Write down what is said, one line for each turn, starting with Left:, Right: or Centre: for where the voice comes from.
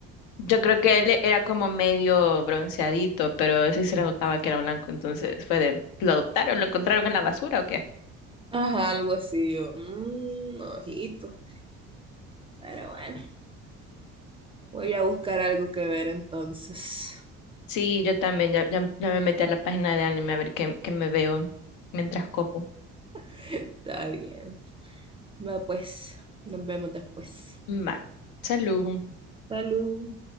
Left: Yo creo que él era como medio bronceadito, pero sí se le notaba que era blanco, entonces fue de, ¿lo adoptaron? ¿Lo encontraron en la basura o qué?
Right: Ajá, algo así, yo, mmm, ojito. Pero bueno, voy a buscar algo que ver entonces.
Left: Sí, yo también, ya, ya, ya me metí a la página de anime a ver qué, qué me veo mientras como.
Right: <laughs> Está bien. Va pues, nos vemos después.
Left: Va, salud.
Right: Salud.